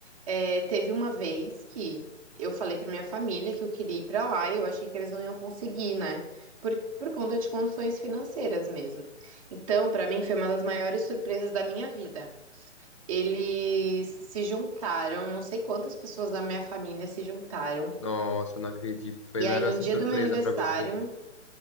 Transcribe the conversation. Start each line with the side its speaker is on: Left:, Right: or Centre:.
Right: é, teve uma vez que eu falei pra minha família que eu queria ir pra lá e eu achei que eles não iam conseguir, né? Por, por conta de condições financeiras mesmo. Então, pra mim, foi uma das maiores surpresas da minha vida. Eles se juntaram, não sei quantas pessoas da minha família se juntaram
Left: Nossa, eu não acredito. Fizeram
Right: E aí, no
Left: essa
Right: dia
Left: surpresa
Right: do meu aniversário,
Left: pra você.